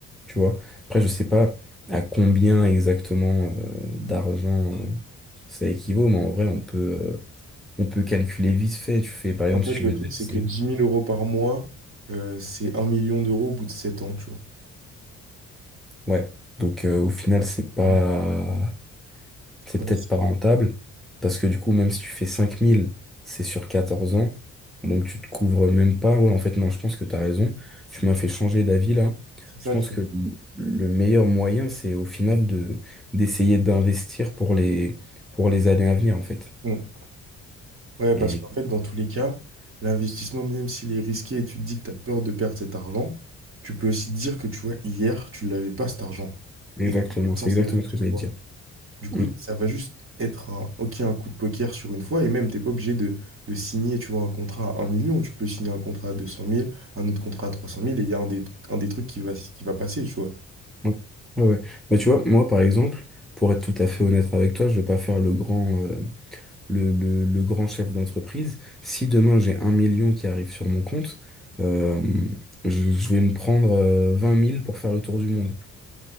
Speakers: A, in the centre; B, on the right (about 45°).
A: Tu vois? Après, je sais pas à combien exactement euh, d'argent euh, ça équivaut, mais en vrai, on peut, euh, on peut calculer vite fait. Tu fais, par exemple,
B: En fait,
A: si tu
B: le
A: veux
B: truc,
A: te verser.
B: c'est que dix mille euros par mois, euh, c'est un million d'euros au bout de 7 ans, tu vois.
A: Ouais. Donc, euh, au final, c'est pas.
B: Donc,
A: c'est
B: ouais,
A: peut-être
B: c'est
A: pas rentable, parce que du coup, même si tu fais 5000 c'est sur 14 ans, donc tu te couvres même pas. Ouais, en fait, non, je pense que t'as raison. Tu m'as fait changer d'avis là.
B: c'est ça
A: Je pense
B: le truc.
A: que le le meilleur moyen, c'est au final de d'essayer d'investir pour les pour les années à venir, en fait.
B: Mm. Ouais,
A: Et
B: parce qu'en fait, dans tous les cas, l'investissement, même s'il est risqué et tu te dis que tu as peur de perdre cet argent, tu peux aussi te dire que, tu vois, hier, tu l'avais pas cet argent.
A: exactement,
B: Et tu es
A: c'est
B: censé
A: exactement
B: le recevoir.
A: ce que j'allais te dire.
B: Du coup,
A: Mm.
B: ça va juste être un, ok, un coup de poker sur une fois, et même, t'es pas obligé de, de signer, tu vois, un contrat à un million. Tu peux signer un contrat à deux cent mille, un autre contrat à trois cent mille et il y a un des, un des trucs qui va, qui va passer, tu vois.
A: Ouais, ouais. ouais. Mais tu vois, moi, par exemple, pour être tout à fait honnête avec toi, je vais pas faire le grand. euh, le, le- le grand chef d'entreprise, si demain j'ai un million qui arrive sur mon compte, euh, je, je vais me prendre euh, 20 000 pour faire le tour du monde,